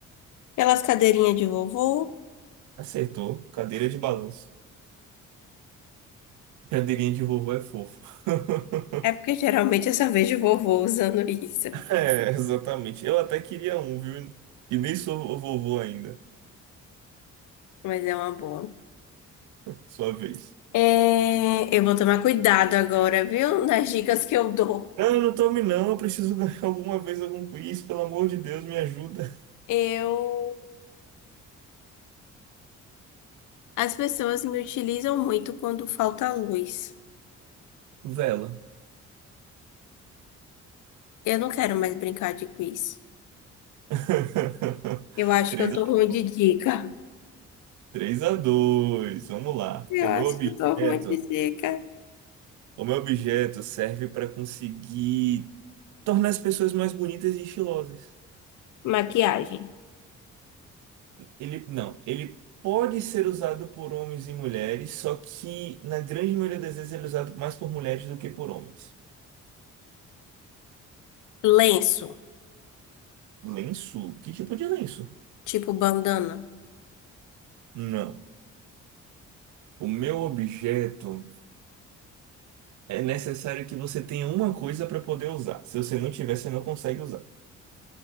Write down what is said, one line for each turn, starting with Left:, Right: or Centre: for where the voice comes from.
Left: Pelas cadeirinhas de vovô.
Right: Acertou. Cadeira de balanço. Cadeirinha de vovô é fofo. <laughs>
Left: É porque geralmente eu só vejo vovô usando isso.
Right: É, exatamente. Eu até queria um, viu? E nem sou vovô ainda.
Left: Mas é uma boa.
Right: Sua vez.
Left: É, eu vou tomar cuidado agora, viu? Nas dicas que eu dou.
Right: Não, não tome não. Eu preciso ganhar alguma vez algum quiz. Pelo amor de Deus, me ajuda.
Left: Eu. As pessoas me utilizam muito quando falta luz.
Right: Vela.
Left: Eu não quero mais brincar de quiz.
Right: <laughs>
Left: Eu acho
Right: 3
Left: que eu tô
Right: a,
Left: ruim de dica.
Right: 3 a 2. Vamos lá.
Left: Eu
Right: O
Left: acho
Right: meu objeto,
Left: que eu tô ruim de dica.
Right: o meu objeto serve para conseguir tornar as pessoas mais bonitas e estilosas.
Left: Maquiagem.
Right: Ele não, ele pode ser usado por homens e mulheres, só que na grande maioria das vezes ele é usado mais por mulheres do que por homens.
Left: Lenço,
Right: Lenço? Que tipo de lenço?
Left: tipo bandana.
Right: Não. O meu objeto é necessário que você tenha uma coisa para poder usar. Se você não tiver, você não consegue usar.